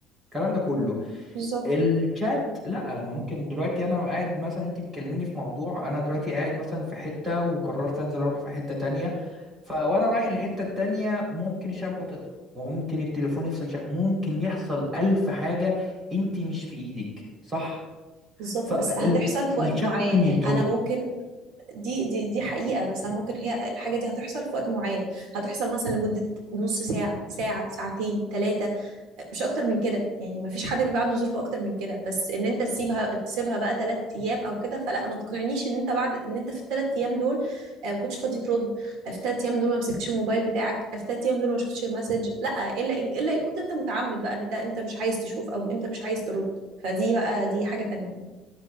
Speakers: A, on the right (about 20°); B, on the right (about 75°).
A: الكلام ده كله
B: بالظبط
A: الشات لا ممكن دلوقتي انا قاعد مثلا انت بتكلميني في موضوع انا دلوقتي قاعد مثلا في حتة وقررت انزل اروح في حتة تانية فوانا رايح للحتة التانية ممكن الشبكة تقطع ممكن التليفون يفصل شبكة ممكن يحصل الف حاجة انت مش في ايدك صح
B: بالظبط
A: فالشات
B: بس هتحصل في وقت معين
A: ممكن يضرب
B: يعني انا ممكن دي دي دي حقيقة بس انا ممكن هي الحاجة دي هتحصل في وقت معين هتحصل مثلا لمدة نص ساعة ساعة ساعتين ثلاثة مش اكتر من كده يعني ما فيش حد بيبقى عنده ظروف اكتر من كده بس ان انت تسيبها تسيبها بقى ثلاث ايام او كده فلا ما تقنعنيش ان انت بعد ان انت في الثلاث ايام دول آه، ما كنتش فاضي ترد آه، في الثلاث ايام دول ما مسكتش الموبايل بتاعك آه، في الثلاث ايام دول ما شفتش المسج لا الا إن- الا ان كنت انت متعمد بقى ان انت انت مش عايز تشوف او انت مش عايز ترد فدي بقى دي حاجة تانية